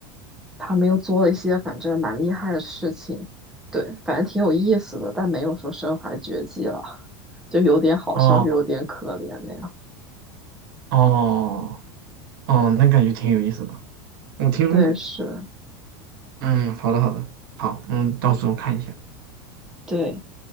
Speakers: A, in the centre; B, on the right (about 80°).
A: 他们又做了一些反正蛮厉害的事情，对，反正挺有意思的，但没有说身怀绝技了，就有点好笑，
B: 哦
A: 又有点可怜那样。
B: 哦哦，那感觉挺有意思的。我听说过。
A: 对，是，
B: 嗯，好的好的，好，嗯，到时候看一下。
A: 对，